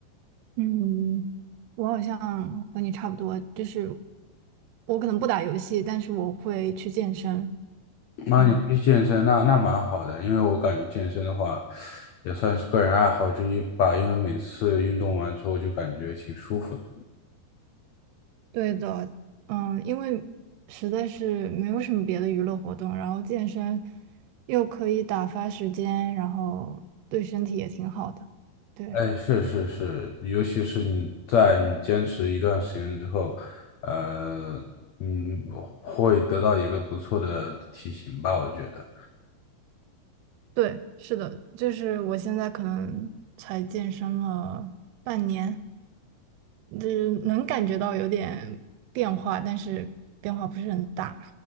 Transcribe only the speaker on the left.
那你会去健身，
那那蛮好的，因为我感觉健身的话，也算是个人爱好之一吧，因为每次运动完之后就感觉挺舒服的。
哎，是是是，尤其是你在你坚持一段时间之后，呃，嗯，会得到一个不错的体型吧，我觉得。